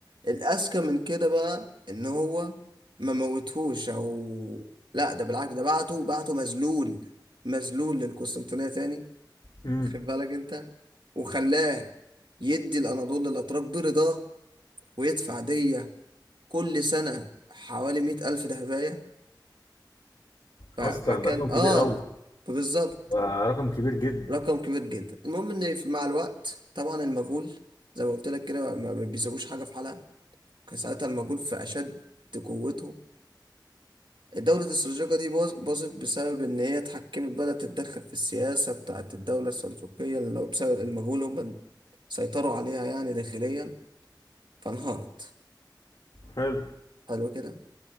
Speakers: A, on the right; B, on the left.
A: الاذكى من كده بقى ان هو ما موتهوش او لا ده بالعكس ده بعته بعته مذلول مذلول للقسطنطينية تاني
B: امم
A: واخد بالك انت وخلاه يدي الاناضول للاتراك برضاه ويدفع دية كل سنة حوالي مئة ألف دهباية ف... فكان
B: اصلا ده رقم كبير
A: اه
B: قوي
A: بالظبط
B: آه رقم كبير جدا
A: رقم كبير جدا المهم ان في- مع الوقت طبعا المجهول زي ما قلت لك كده ما بيسويش حاجه في حالها كان ساعتها المجهول في اشد قوته الدولة السلجوقة دي باظ- باظت بسبب إن هي اتحكمت بدأت تتدخل في السياسة بتاعت الدولة السلجوقية اللي هو بسبب المجهول هم سيطروا عليها يعني داخليا فانهارت
B: حلو
A: حلو كده